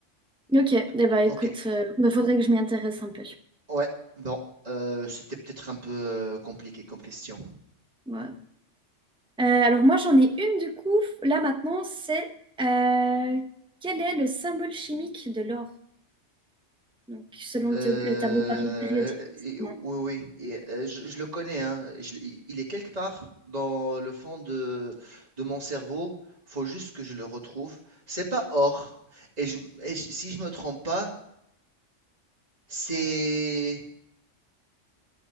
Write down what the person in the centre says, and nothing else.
Ok, eh ben, écoute,
il faudrait que je m'y intéresse un peu.
Ouais, Euh, alors moi j'en ai une du coup, là maintenant, c'est euh, quel est le symbole chimique de l'or? Donc selon
le, te- le tableau pari- périodique
des éléments.